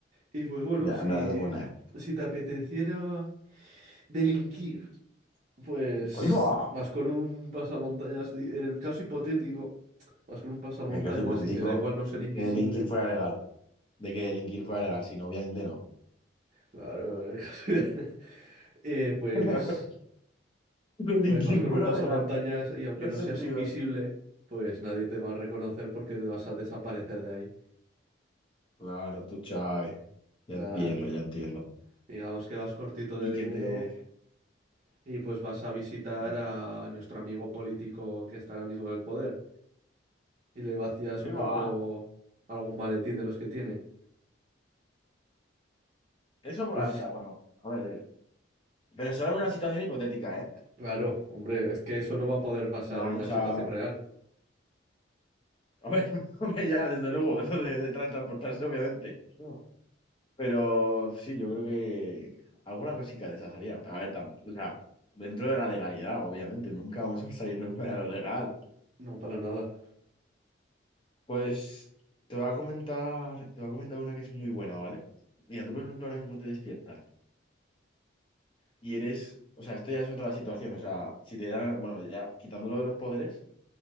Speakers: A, on the right; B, on the left.
A: Y pues bueno,
B: ya,
A: si,
B: en verdad es buena, ¿eh?
A: si te apeteciera delinquir, pues
B: ¡Ahí va!
A: vas con un pasamontañas. y En el caso hipotético, vas con un pasamontañas
B: En el caso hipotético
A: y te da igual no ser
B: de
A: invisible.
B: que delinquir fuera legal. De que delinquir fuera legal, si no, obviamente no.
A: Claro, en el caso- <laughs> eh, pues
B: <laughs> Delinquir
A: Pues vas con
B: fuera
A: un pasamontañas
B: legal.
A: y aunque
B: No
A: no
B: sentido.
A: seas invisible, pues nadie te va a reconocer porque te vas a desaparecer de ahí.
B: Claro, tú, Chávez. Ya
A: Claro.
B: entiendo, ya entiendo.
A: Digamos que vas cortito
B: Y
A: de dinero
B: que te...
A: y pues vas a visitar
B: Mm.
A: a nuestro amigo político que está ahora mismo en el poder y le vacías
B: Ahí
A: un poco
B: va.
A: algún maletín de los que tiene.
B: Eso molaría,
A: Pues
B: bueno. A ver, pero solo en una situación hipotética, ¿eh?
A: claro, hombre, es que eso no va a poder pasar
B: No vamos
A: en una situación
B: a...
A: real.
B: Hombre, <laughs> hombre, ya, desde luego, <laughs> lo de, de tra- transportarse, obviamente. No. Pero sí, yo creo que alguna cosita de esas haría. A ver, tam- o sea, dentro de la legalidad, obviamente, nunca vamos a salirnos para lo legal.
A: No, para nada.
B: Pues te voy a comentar, te voy a comentar una que es muy buena, ¿vale? Mira, tú, por ejemplo, ahora mismo te despiertas y eres, o sea, esto ya es otra situación, o sea, si te dan, bueno, ya quitándolo de los poderes